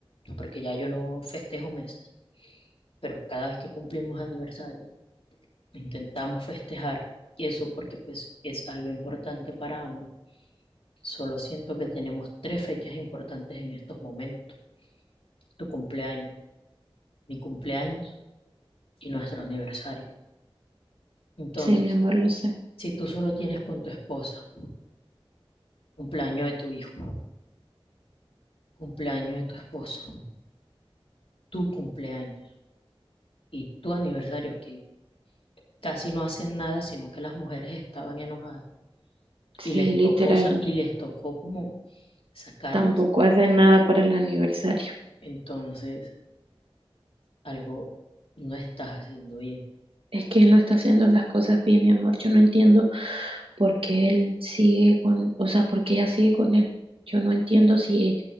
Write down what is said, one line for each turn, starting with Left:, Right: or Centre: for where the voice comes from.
Left: porque ya yo no festejo meses, pero cada vez que cumplimos aniversario, intentamos festejar y eso porque pues es algo importante para ambas. Solo siento que tenemos tres fechas importantes en estos momentos. Tu cumpleaños, mi cumpleaños y nuestro aniversario. Entonces,
Right: Sí, mi amor, lo sé.
Left: si tú solo tienes con tu esposa cumpleaños de tu hijo, cumpleaños de tu esposa, tu cumpleaños y tu aniversario, que casi no hacen nada, sino que las mujeres estaban enojadas
Right: Sí,
Left: y les
Right: literal,
Left: tocó, sa- y les tocó como sacarlas,
Right: tampoco hacen nada para el aniversario.
Left: entonces algo no estás haciendo bien.
Right: Es que él no está haciendo las cosas bien, mi amor. Yo no entiendo por qué él sigue con, o sea, por qué ella sigue con él. Yo no entiendo si